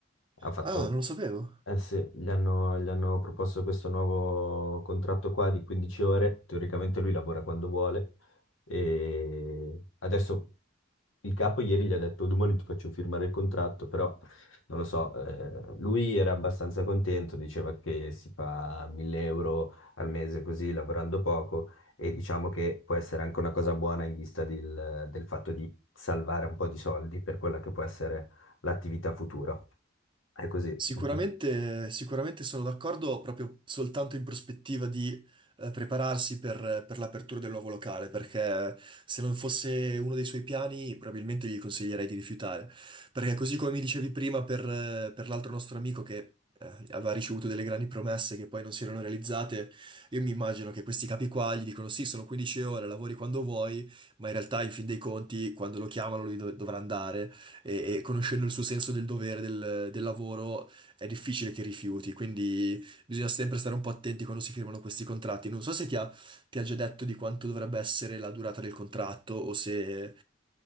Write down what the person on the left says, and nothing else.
Ha fatto
eh sì, gli hanno, gli hanno proposto questo nuovo contratto qua di 15 ore, teoricamente lui lavora quando vuole e adesso il capo ieri gli ha detto domani ti faccio firmare il contratto, però non lo so, eh, lui era abbastanza contento, diceva che si fa 1000 euro al mese così lavorando poco e diciamo che può essere anche una cosa buona in vista del del fatto di salvare un po' di soldi per quella che può essere l'attività futura. È così.
Mm, mm.